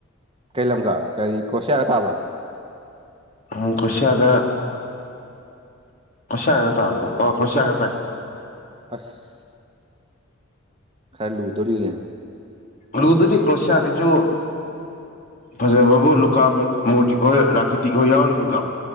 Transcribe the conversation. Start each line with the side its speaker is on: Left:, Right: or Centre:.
Right: ꯀꯩ ꯂꯝꯒ ꯀꯔꯤ ꯀꯔꯣꯁꯤꯌꯥꯒ ꯇꯥꯕ꯭ꯔꯣ
Left: ꯎꯝ ꯀꯔ꯭ꯑꯣꯁꯤꯌꯥꯒ ꯁꯤꯌꯥꯒꯔꯥ ꯇꯥꯕꯗꯨꯕꯣ ꯑꯣ ꯀ꯭ꯔꯣꯁꯤꯌꯥꯒ ꯇꯥꯏ
Right: ꯑꯁ ꯈꯔꯂꯨꯗꯣꯔꯤꯒ
Left: ꯂꯨꯗꯗꯤ ꯀ꯭ꯔꯣꯁꯤꯌꯥꯒꯤꯁꯨ ꯐꯖꯕꯕꯨ ꯂꯨꯀꯥ ꯃꯣꯔꯇꯤꯛ ꯍꯣꯏ ꯔꯥꯀꯤꯇꯤꯛ ꯍꯣꯏ ꯌꯥꯎꯔꯤꯃꯤꯗꯣ